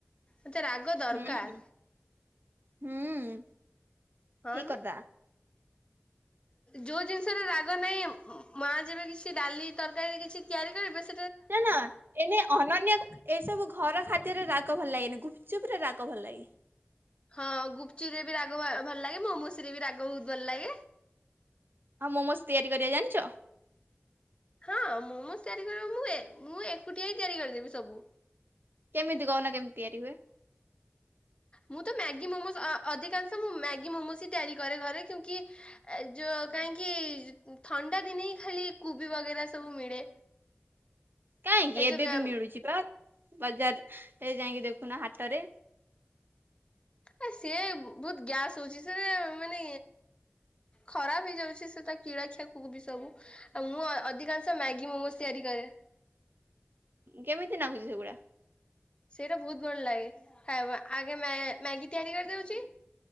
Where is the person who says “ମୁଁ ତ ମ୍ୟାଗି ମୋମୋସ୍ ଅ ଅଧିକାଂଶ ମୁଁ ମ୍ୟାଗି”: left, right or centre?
Left